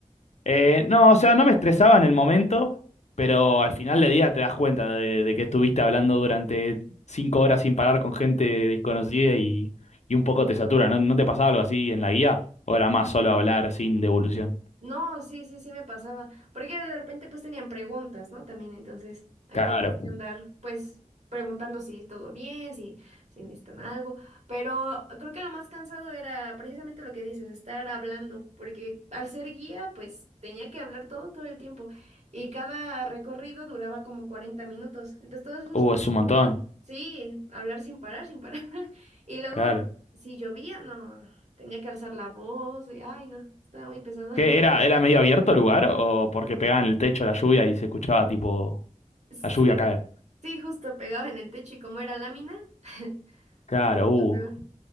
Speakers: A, on the left (about 60°); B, on the right (about 60°).
A: Eh, no, o sea, no me estresaba en el momento, pero al final del día te das cuenta de, de que estuviste hablando durante cinco horas sin parar con gente desconocida y, y un poco te satura. ¿No, no te pasaba algo así en la guía? ¿O era más solo hablar sin devolución?
B: No, sí, sí, sí me pasaba. Porque de repente pues tenían preguntas, ¿no? También entonces ahí
A: Claro.
B: tenías que andar pues preguntando si todo bien, si, si necesitan algo. Pero creo que lo más cansado era precisamente lo que dices, estar hablando. Porque al ser guía pues tenía que hablar todo, todo el tiempo. Y cada recorrido duraba como 40 minutos. Entonces todos esos
A: Uh,
B: 40
A: es un montón.
B: minutos, sí, hablar sin parar, sin parar. <laughs> Y luego
A: Claro.
B: si llovía, no, tenía que alzar la voz y ay, no, estaba muy pesado.
A: ¿Qué era? ¿Era medio abierto el lugar o porque pegaban el techo la lluvia y se escuchaba tipo
B: Sí,
A: la lluvia caer?
B: sí, justo pegados en el techo y como era lámina, <laughs>
A: Claro,
B: se escuchaba
A: uh.
B: peor.